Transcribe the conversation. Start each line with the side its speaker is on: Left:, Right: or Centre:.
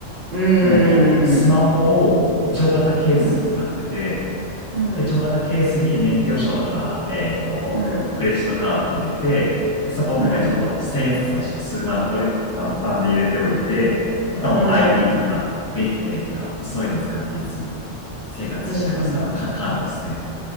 Right: うーん。
Left: なんでこう、スマホを手帳型ケース使ってて、
Right: うん。うん。
Left: で、一応またケースに免許証とか、えっと、
Right: うん。
Left: クレジットカード入れて、でそこの中にちょっと千円札をちょっと数枚折りたたんで入れておいて、
Right: うん。
Left: あとはもう
Right: うん。
Left: ID とか、クイックペイとか、そういうのを使っていつも生活してます。
Right: うん。うん。
Left: あとカ、カードですね。